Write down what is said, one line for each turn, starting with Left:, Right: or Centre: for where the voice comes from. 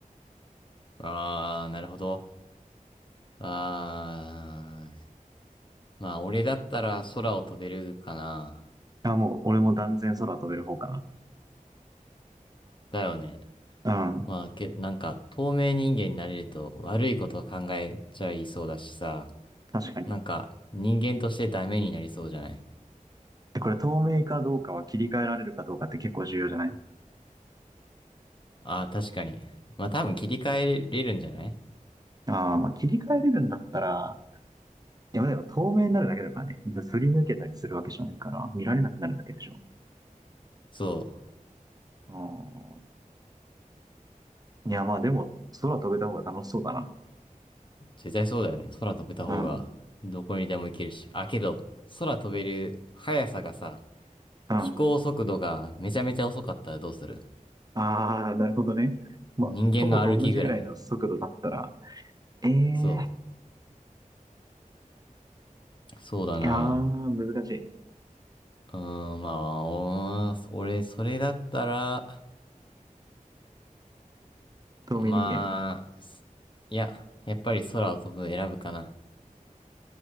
Left: う。ああ、なるほど。ああ、まあ、俺だったら空を飛べるかな。
Right: あ、もう、俺も断然空飛べる方か
Left: だよね。
Right: な。うん。
Left: まあ、け、なんか、透明人間になれると悪いことを考えちゃいそうだしさ、
Right: 確かに。
Left: なんか、人間としてダメになりそうじゃない
Right: で、これ透明かどうかは切り替えられるかどうかって結構重要じゃない
Left: ああー、確かに。まあ、多分切り替えれるんじゃない
Right: ああー、まあ切り替えれるんだったら、いや、でも透明になるだけだからね。すり抜けたりするわけじゃないから、見られなくなるだけでしょ。
Left: そう。
Right: うん。いや、まあでも、空飛べた方が楽しそうだな。
Left: 絶対そうだよね。空飛べた方が、
Right: うん。
Left: どこにでも行けるし。あ、けど、空飛べる速さがさ、
Right: うん。
Left: 飛行速度がめちゃめちゃ遅かったらどうする
Right: ああ、なるほどね。まあ、
Left: 人間の歩きぐらい。
Right: 徒歩と同じぐらいの速度だったら、ええー
Left: そう。そうだな。
Right: いやー、難しい。
Left: うーん、まあ、おー俺、それだったら、
Right: 透明人間。
Left: まあ、すいや、やっぱり空を飛ぶ選ぶかな。